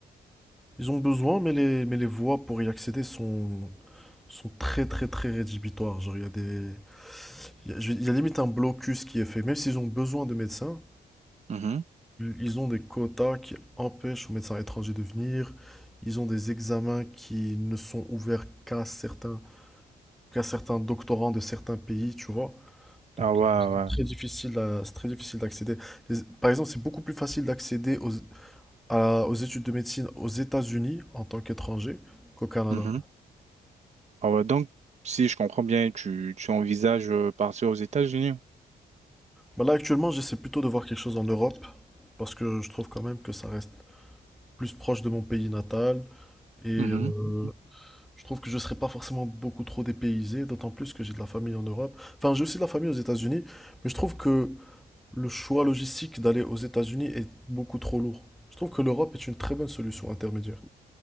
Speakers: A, in the centre; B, on the right.
A: Ils ont besoin, mais les, mais les voies pour y accéder sont, sont très, très, très rédhibitoires. Genre, il y a des, il y a, je- il y a limite un blocus qui est fait. Même s'ils ont besoin de médecins,
B: Mhm.
A: ils ont des quotas qui empêchent aux médecins étrangers de venir. Ils ont des examens qui ne sont ouverts qu'à certains, qu'à certains doctorants de certains pays, tu vois. Donc,
B: Ah ouais,
A: c'est
B: ouais.
A: très difficile à- c'est très difficile d'accéder. Les- Par exemple, c'est beaucoup plus facile d'accéder aux, à- aux études de médecine aux États-Unis en tant qu'étranger qu'au Canada.
B: Mhm. Ah ouais. Donc, si je comprends bien, tu, tu envisages euh, partir aux États-Unis.
A: Bah là, actuellement, j'essaie plutôt de voir quelque chose en Europe, parce que je trouve quand même que ça reste plus proche de mon pays natal, et euh,
B: Mhm. Mhm.
A: je trouve que je ne serais pas forcément beaucoup trop dépaysé, d'autant plus que j'ai de la famille en Europe. Enfin, j'ai aussi de la famille aux États-Unis, mais je trouve que le choix logistique d'aller aux États-Unis est beaucoup trop lourd. Je trouve que l'Europe est une très bonne solution intermédiaire.